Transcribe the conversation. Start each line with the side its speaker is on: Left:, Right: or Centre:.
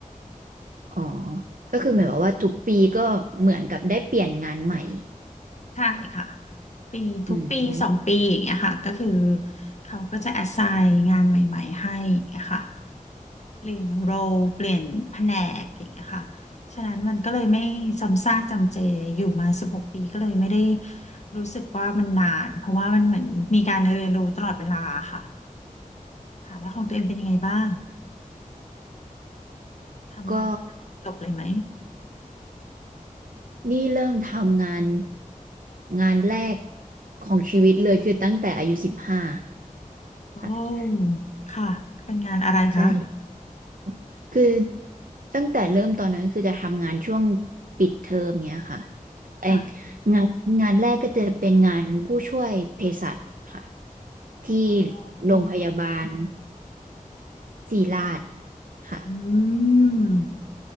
Right: อ๋อก็คือหมายความว่าทุกปีก็เหมือนกับได้เปลี่ยนงานใหม่
Left: ใช่ค่ะปีทุกปีสองปีอย่างเงี้ยค่ะก็คือ
Right: อืม
Left: เขาก็จะ assign งานใหม่ๆให้อย่างเงี้ยค่ะ เปลี่ยนโรลเปลี่ยนแผนกอย่างเงี้ยค่ะฉะนั้นมันก็เลยไม่ซ้ำซากจำเจอยู่มาสิบหกปีก็เลยไม่ได้รู้สึกว่ามันนานเพราะว่ามันเหมือนมีการเรียนรู้ตลอดเวลาค่ะค่ะแล้วของตัวเองเป็นยังไงบ้างทำงานตั้งแต่เรียนจบเลยไหม
Right: ก็นี่เริ่มทำงานงานแรกของชีวิตเลยคือตั้งแต่อายุสิบห้า
Left: โอ้ค่ะเป็นงานอะไรคะ
Right: ค่ะใช่คือตั้งแต่เริ่มตอนนั้นก็คือจะทำงานช่วงปิดเทอมเนี้ยค่ะเอง
Left: ค่ะ
Right: งานงานแรกก็จะเป็นงานผู้ช่วยเภสัชค่ะที่
Left: อ๋อ
Right: โรงพยาบาลศิริราชค่ะ
Left: อืม